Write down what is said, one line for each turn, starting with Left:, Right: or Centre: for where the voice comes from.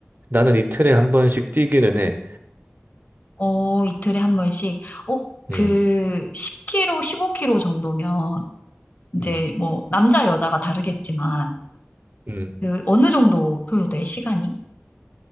Right: 나는 이틀에 한 번씩 뛰기는 해.
Left: 어, 이틀에 한 번씩. 어, 그
Right: 음.
Left: 10kg, 15kg 정도면 이제
Right: 음,
Left: 뭐 남자 여자가 다르겠지만
Right: 음.
Left: 그 어느 정도 소요돼 시간이?